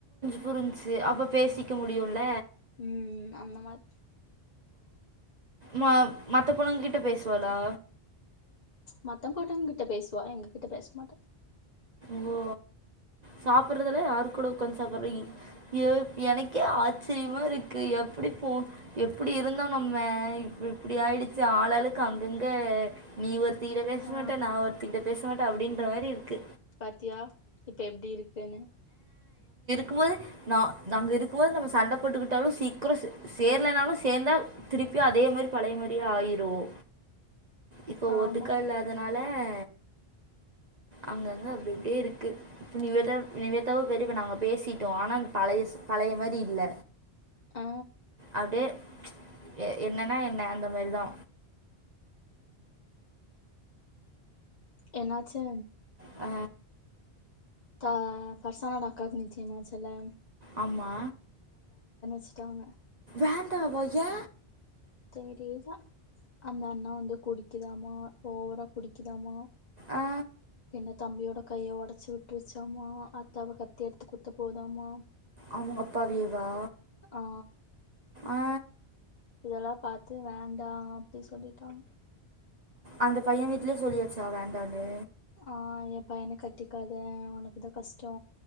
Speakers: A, on the right (about 45°); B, on the left (about 45°).
A: புரிஞ்ச்சி அப்போ பேசிக்க முடியுல
B: ம் அந்த மார்
A: மா மத்த பொண்ணுங்கிட் ட பேசுவாளா
B: மத்த போட்டுங்கிட்ட பேசுவா எங்ககிட்ட பேசமாட்டா
A: ஓ சாப்புறதெல்லா யாரு கூட உக்காந்து சாப்புற்ற ஏ எனக்கே ஆச்சரியமாருக்கு எப்டி போ எப்டி இருந்தோ நம்ம இப்ப இப்டி ஆயிடுச்சி ஆளாளுக்கு அங்கங்க நீ ஒருத் தி கிட்ட பேச
B: ஆ
A: மாட்ட நா ஒருத்தி கிட்ட பேஸ் மாட்ட அப்டின்ற மாரி இருக்கு
B: பாத்தியா இப்ப எப்டி இருக் குனு
A: கும் போது நா நாங்க இருக்குமோது நம்ம சண்ட போட்டுக்குட்டாலு சீக்குரொ சே சேர்லனாலு சேந்தா திருப்பியு அதே மாரி பழைய மாரியே ஆயிருவோ இப்போ
B: ஆமா
A: ஒட்டுக்கா இல்லாதனால ஆ அங்கங்க அப்டி இப்டி இருக்கு நீவேதா நிவேதாவு பெரிப நாங்க பேசிட்டோ ஆனா பழயஸ் பழய மாரி இல்ல
B: ஆ
A: அப்டே எ என்னன்னா என்ன அந்த மாரிதா
B: என்னாச்சு
A: ஆ
B: தா ஃபர்சானோட அக்காக் நிச்சயமாச்சல்ல
A: ஆமா
B: ச்சுட்டாங்க
A: வேண்டாவா ஏ
B: தெரியல அந்த அண்ணா வந்து குடிக்குதாமா ஓவரா குடிக்குதாமா
A: ஆ
B: என்ன தம்பியோட கைய ஒடச்சு விட்ருச்சாம்மா ஆத்தாவ கத்தி எடுத்து குத் த போதாமா
A: அவுங்க அப்பாவியேவா
B: ஆ
A: ஆ
B: எல்லா பாத்து வேண்டா அப்டி சொல்லிட்டாங்க
A: அந்த பைய வீட்லே சொல்லியாச்சா வேண்டான்னு
B: ஆ ஏ பையன கட்டிக்காத ஒனக்கு தா கஷ்டோ